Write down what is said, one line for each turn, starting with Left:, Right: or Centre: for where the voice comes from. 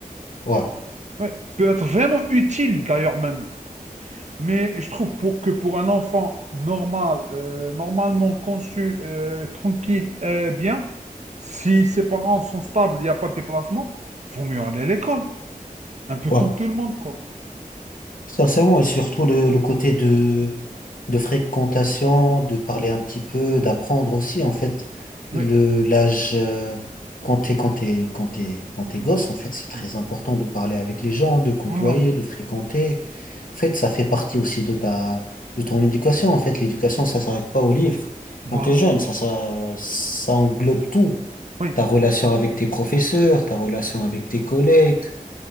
Left: Ouais.
Right: Ouais. Peut être vraiment utile, d'ailleurs, même. Mais je trouve pour que pour un enfant normal, euh, normalement conçu, euh, tranquille et bien, si ses parents sont stables, il n'y a pas de déplacement, vaut mieux aller à l'école. Un peu
Left: Ouais.
Right: comme tout le monde, quoi.
Left: Sincèrement, et surtout le, le côté de, de fréquentation, de parler un petit peu, d'apprendre aussi, en fait,
Right: Oui.
Left: le, l'âge, euh, quand t'es, quand t'es, quand t'es, quand t'es
Right: oui,
Left: gosse, en fait, c'est très
Right: oui.
Left: important de parler avec les gens, de côtoyer,
Right: Voilà.
Left: de fréquenter. En fait, ça fait partie aussi de ta, de ton éducation. En fait, l'éducation, ça s'arrête pas au livre.
Right: Voilà.
Left: Quand t'es jeune, ça, ça, ça englobe tout.
Right: Oui.
Left: Ta relation avec tes professeurs, ta relation avec tes collègues,